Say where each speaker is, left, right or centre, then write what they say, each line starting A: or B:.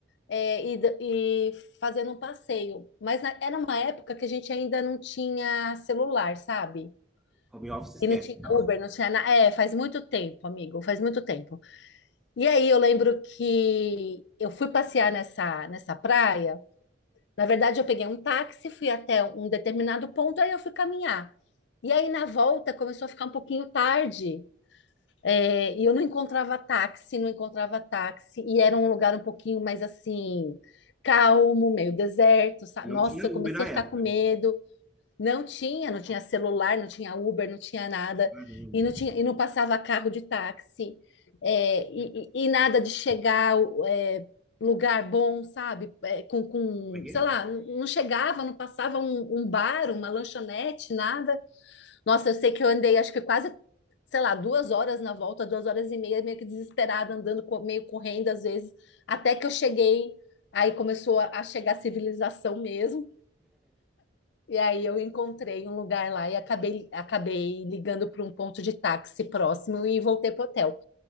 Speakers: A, on the left; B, in the centre.
A: é, ida- e, fazendo um passeio. Mas na- era uma época que a gente ainda não tinha celular, sabe?
B: home office, esquece.
A: E não tinha
B: Então.
A: Uber, não tinha nada. É, faz muito tempo, amigo, faz muito tempo. E aí eu lembro que eu fui passear nessa, nessa praia. Na verdade, eu peguei um táxi, fui até um determinado ponto, aí eu fui caminhar. E aí na volta começou a ficar um pouquinho tarde. é, e eu não encontrava táxi, não encontrava táxi. E era um lugar um pouquinho mais assim, calmo, meio deserto. sa-
B: E não
A: Nossa,
B: tinha Uber
A: eu comecei
B: na
A: a
B: época,
A: ficar com medo.
B: né?
A: Não tinha, não tinha celular, não tinha Uber, não tinha nada,
B: Caramba.
A: e não tinha, e não passava carro de táxi, é, e, e- e nada de chegar é, lugar bom, sabe? É, com, com,
B: Como é que
A: sei
B: é?
A: lá, não chegava, não passava um, um bar, uma lanchonete, nada. Nossa, eu sei que eu andei, acho que quase, sei lá, duas horas na volta, duas horas e meia, meio que desesperada, andando, co- meio correndo às vezes, até que eu cheguei, aí começou a a chegar a civilização mesmo. E aí eu encontrei um lugar lá e acabei, acabei ligando para um ponto de táxi próximo e voltei pro hotel.